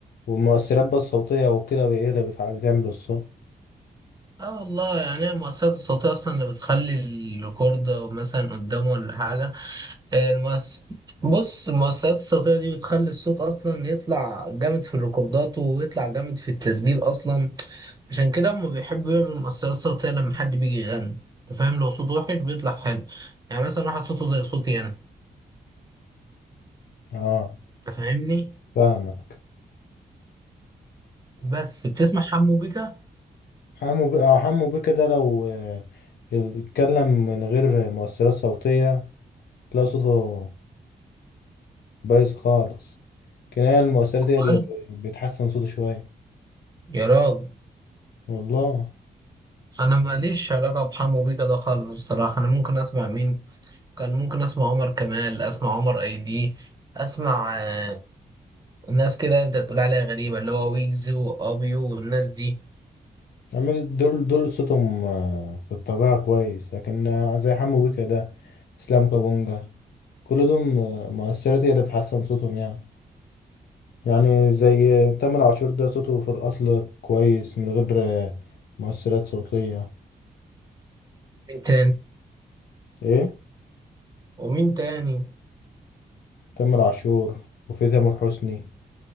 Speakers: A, on the left; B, on the right.
A: والمؤثرات بقى الصوتية وكده هي اللي بتع- بتعمل الصوت
B: اه والله يعني هي المؤثرات الصوتيه اصلا اللي بتخلي الريكورد مثلا قدامه ولا حاجه آه، المؤس... بص المؤثرات الصوتية دي بتخلي الصوت أصلا يطلع جامد في الريكوردات ويطلع جامد في التسجيل أصلا عشان كده هما بيحبوا يعملوا مؤثرات صوتية لما حد بيجي يغني أنت فاهم لو صوته وحش بيطلع حلو يعني مثلا واحد صوته زي صوتي أنا
A: اه
B: أنت فاهمني
A: فاهمك
B: بس بتسمع حمو بيكا
A: حمو بيه اه حمو بيه كده لو آه، اتكلم من غير مؤثرات صوتية تلاقي صوته بايظ خالص كناية المؤثرات
B: أي.
A: هي اللي ب- بتحسن صوته شوية
B: يا راجل
A: والله
B: أنا ماليش علاقة بحمو بيكا ده خالص بصراحة أنا ممكن أسمع مين كان ممكن أسمع عمر كمال أسمع عمر أيدي أسمع آه، الناس كده انت تقول عليها غريبة اللي هو ويجز وابيو والناس دي
A: عمال دول دول صوتهم آه، في الطبيعة كويس لكن آه، زي حمو بيه كده اسلام كابونجا كل دول آه، مؤثرات هي اللي بتحسن صوتهم يعني يعني زي آه، تامر عاشور ده صوته في الأصل كويس من غير آه، مؤثرات صوتية
B: مين تاني
A: ايه
B: ومين تاني ما
A: تامر عاشور وفي تامر حسني